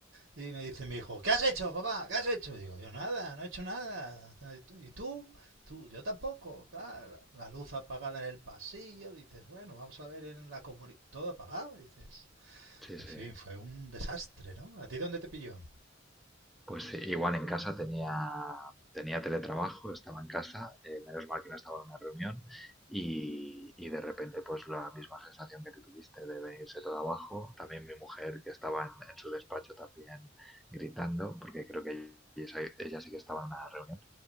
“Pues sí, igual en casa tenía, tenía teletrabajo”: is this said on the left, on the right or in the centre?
Centre